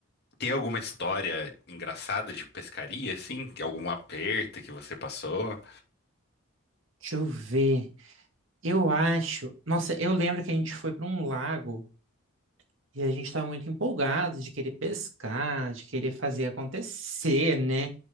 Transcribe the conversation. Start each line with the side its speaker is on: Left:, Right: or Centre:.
Left: Tem alguma história engraçada de pescaria, assim? Tem Algum aperto que você passou?
Right: Deixa eu ver. Eu acho, nossa, eu lembro que a gente foi para um lago. E a gente estava muito empolgado de querer pescar, de querer fazer acontecer, né?